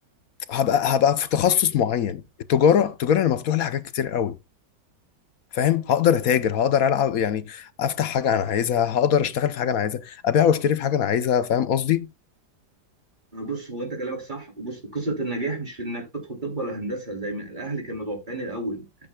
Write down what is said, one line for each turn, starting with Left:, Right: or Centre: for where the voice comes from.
Left: هبقى هبقى في تخصص معين التجاره التجاره انا مفتوح لي حاجات كتير قوي فاهم هقدر اتاجر هقدر العب يعني افتح حاجه انا عايزها هقدر اشتغل في حاجه انا عايزها ابيع واشتري في حاجه انا عايزها فاهم قصدي
Right: بص هو انت كلامك صح وبص قصه النجاح مش في انك تدخل طب ولا هندسه زي ما الاهل كانوا متوقعين الاول